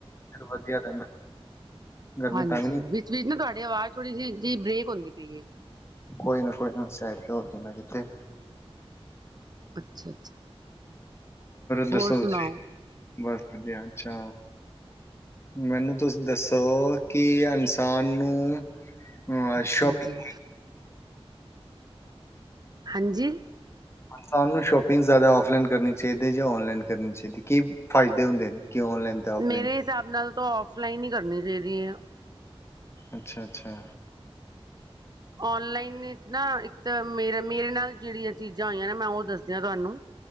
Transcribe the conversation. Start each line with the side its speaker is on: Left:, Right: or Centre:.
Left: ਵਧੀਆ ਰਹਿੰਦਾ ਗਰਮੀ
Right: ਹਾਂਜੀ
Left: ਤੰਗ ਨੀ
Right: ਵਿੱਚ ਨਾ ਤੁਹਾਡੀ ਆਵਾਜ਼ ਥੋੜੀ ਜਿਹੀ ਜਿਹੀ ਬ੍ਰੇਕ ਹੁੰਦੀ ਪਈ ਹੈ
Left: ਕੋਈ ਨਾ ਕੋਈ ਨਾ ਸਾਈਡ ਤੇ ਹੋ ਕਿਦਾ ਕਿੱਥੇ
Right: ਅੱਛਾ ਅੱਛਾ
Left: ਦੱਸੋ
Right: ਹੋਰ ਸੁਣਾਓ
Left: ਤੁਸੀਂ ਬਸ, ਵਧੀਆ ਅੱਛਾ ਮੈਨੂੰ ਤੁਸੀਂ ਦੱਸੋ ਕਿ ਇਨਸਾਨ ਨੂੰ ਅ ਸ਼ੋਪਿੰਗ
Right: ਹਾਂਜੀ ਹਾਂਜੀ
Left: ਸਾਨ ਨੂੰ ਸ਼ੋਪਿੰਗ ਜ਼ਿਆਦਾ ਆਫਲਾਈਨ ਕਰਨੀ ਚਾਹੀਦੀ ਜਾਂ ੳਨਲਾਈਨ ਕਰਨੀ ਚਾਹੀਦੀ ਕੀ ਫਾਇਦੇ ਹੁੰਦੇ ਨੇ ਕਿਉਂ ਔਨਲਾਈਨ ਤੇ ਔਫਲਾਈਨ
Right: ਮੇਰੇ ਹਿਸਾਬ ਨਾਲ ਤਾਂ ੳਫਲਾਈਨ ਹੀ ਕਰਨੀ ਚਾਹੀਦੀ ਹੈ।
Left: ਅੱਛਾ ਅੱਛਾ
Right: ਔਨਲਾਈਨ ਇਤਨਾ ਤੇ ਮੇਰਾ ਮੇਰੇ ਨਾਲ ਜਿਹੜੀਆਂ ਚੀਜ਼ਾਂ ਹੋਈਆਂ ਨੇ ਮੈਂ ਉਹ ਦੱਸਦਿਆਂ ਤੁਹਾਨੂੰ